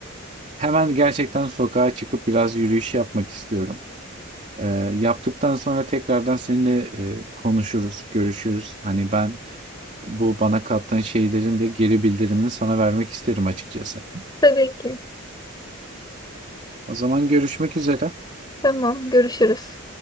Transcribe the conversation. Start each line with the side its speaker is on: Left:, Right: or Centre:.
Right: hemen gerçekten sokağa çıkıp biraz yürüyüş yapmak istiyorum. E, yaptıktan sonra tekrardan seninle e, konuşuruz, görüşürüz. Hani ben bu bana kattığın şeylerin de geri bildirimini sana vermek isterim açıkçası.
Left: Tabii ki.
Right: O zaman görüşmek üzere.
Left: Tamam, görüşürüz.